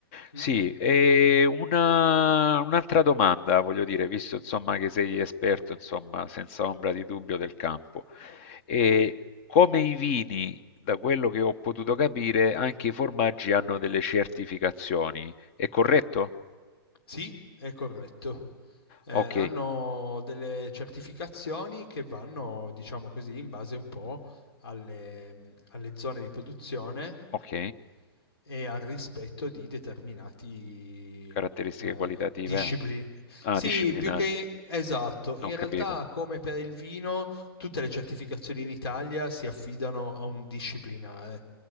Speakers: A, on the left; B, on the left.
A: Sì,
B: Mm-mm.
A: e una- un'altra domanda, voglio dire, visto insomma che sei esperto, insomma, senza ombra di dubbio del campo. E come i vini, da quello che ho potuto capire, anche i formaggi hanno delle certificazioni, è corretto?
B: Sì, è corretto. Eh,
A: Ok,
B: hanno delle certificazioni che vanno, diciamo così, in base un po' alle, alle zone di produzione
A: ok,
B: e al rispetto di determinati
A: caratteristiche
B: eh,
A: qualitative,
B: discipline.
A: eh? ah,
B: Sì,
A: disciplinari,
B: più che esatto, in
A: ho capito,
B: realtà come per il vino, tutte le certificazioni in Italia si affidano a un disciplinare.